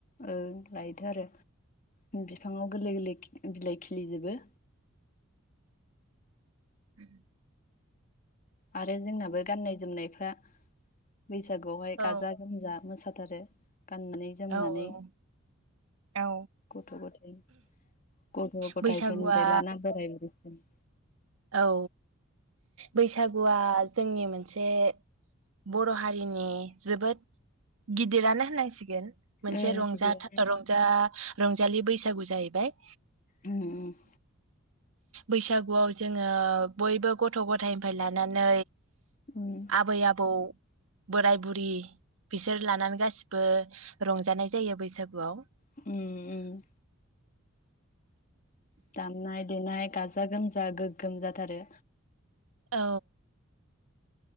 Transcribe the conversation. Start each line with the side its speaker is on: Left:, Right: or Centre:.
Left: ओं लायोथो आरो बिफाङाव गोरलै गोरलै खि बिलाइ खिलिजोबो।
Right: <inaudible>
Left: आरो जोंनाबो गाननाय जोमनायफ्रा बैसागुआवहाय
Right: औ
Left: गाजा गोमजा मोसा थारो गाननानै जोमनानै
Right: औ औ औ
Left: गथ' गथायाइ गथ' गथाइफोरनिफ्राय
Right: बैसागुआ
Left: लाना बोराय बुरै <unintelligible>
Right: औ। बैसागुआ जोंनि मोनसे बे बर' हारिनि जोबोद गिदिरानो होननांसिगोन मोनसे
Left: ओं
Right: रंजाथा-रंजा
Left: गिदिरानो
Right: रंजालि बैसागु जाहैबाय।
Left: ओम ओम
Right: बैसागुआव जोङो बयबो गथ' गथायनिफाय लानानै
Left: ओम
Right: आबै आबौ बोराय बुरि बिसोर लानानै गासिबो रंजानाय जायो बैसागुआव।
Left: उम उम दामनाय देनाय गाज गाजा गोमजा गोगोम जाथारो।
Right: औ।